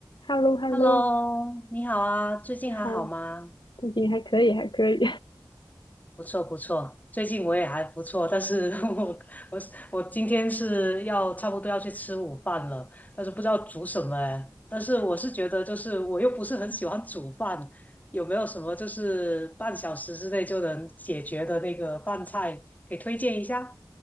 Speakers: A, on the left; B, on the left.
A: h e l l o h e
B: Hello，
A: l l o
B: 你好啊，最近还好吗？
A: 你好，最近还可以，还可以，
B: 不错不错，最近我也还不错，但是 <laughs> 我我我今天是要差不多要去吃午饭了，但是不知道煮什么哎。但是我是觉得就是我又不是很喜欢煮饭，有没有什么就是半小时之内就能解决的那个饭菜给推荐一下？